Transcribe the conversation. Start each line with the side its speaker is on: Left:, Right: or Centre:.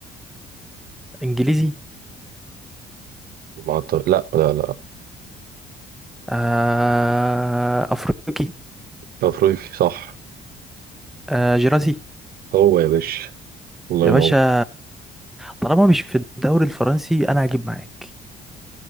Centre: انجليزي
Right: ما أعتقد- لا لا لا
Centre: آه افريقي
Right: افريقي صح
Centre: آه جراسي
Right: هو يا باشا الله
Centre: يا
Right: ينور
Centre: باشا طالما مش في الدوري الفرنسي انا هجيب معاك